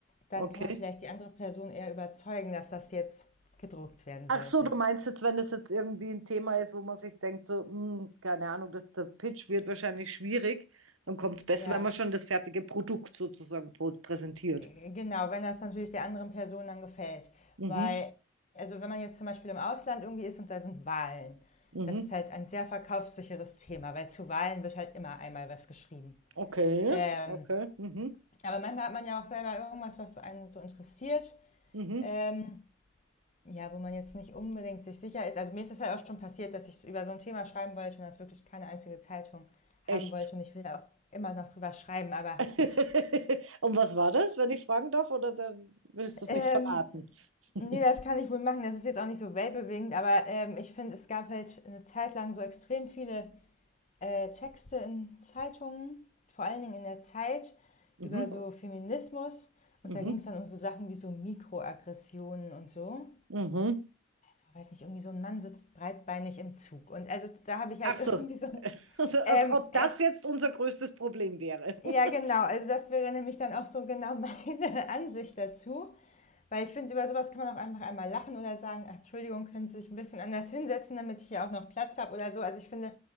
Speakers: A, on the left; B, on the right.
A: dann
B: Okay.
A: kann man vielleicht die andere Person eher überzeugen, dass das jetzt gedruckt werden
B: Ach
A: sollte.
B: so, du meinst jetzt, wenn das jetzt irgendwie ein Thema ist, wo man sich denkt, so, hm, keine Ahnung, das, der Pitch wird wahrscheinlich schwierig, dann kommt es besser,
A: Ja,
B: wenn man schon das fertige Produkt sozusagen pro- präsentiert.
A: äh, genau, wenn das natürlich der anderen Person dann gefällt.
B: Mhm.
A: Weil, also wenn man jetzt zum Beispiel im Ausland irgendwie ist und da sind Wahlen,
B: Mhm.
A: das ist halt ein sehr verkaufssicheres Thema, weil zu Wahlen wird halt immer einmal was geschrieben.
B: Okay.
A: Ähm,
B: Okay. Mhm.
A: aber manchmal hat man ja auch selber irgendwas, was einen so interessiert.
B: Mhm.
A: Ähm, Ja, wo man jetzt nicht unbedingt sich sicher ist. Also mir ist es halt auch schon passiert, dass ich über so ein Thema schreiben wollte und das wirklich keine einzige Zeitung haben
B: Echt.
A: wollte. Und ich will da auch immer noch drüber schreiben, aber
B: <laughs>
A: gut.
B: Und was war das, wenn ich fragen darf, oder da willst du es
A: Ähm,
B: nicht verraten? <laughs>
A: nee, das kann ich wohl machen. Das ist jetzt auch nicht so weltbewegend, aber ähm, ich finde, es gab halt eine Zeit lang so extrem viele äh, Texte in Zeitungen, vor allen Dingen in der Zeit,
B: Mhm.
A: über so Feminismus. Und
B: Mhm.
A: da ging es dann um so Sachen wie so Mikroaggressionen und so.
B: Mhm.
A: also, weiß nicht, irgendwie so ein Mann sitzt breitbeinig im Zug. Und also da habe ich halt
B: Ach so.
A: <laughs> irgendwie so ein,
B: Also, als
A: ähm,
B: ob das
A: äh,
B: jetzt unser größtes Problem wäre.
A: ja
B: <laughs>
A: genau, also das wäre nämlich dann auch so genau meine <laughs> Ansicht dazu. Weil ich finde, über sowas kann man auch einfach einmal lachen oder sagen, "Ach, Entschuldigung, können Sie sich ein bisschen anders hinsetzen, damit ich hier auch noch Platz habe oder so. Also ich finde,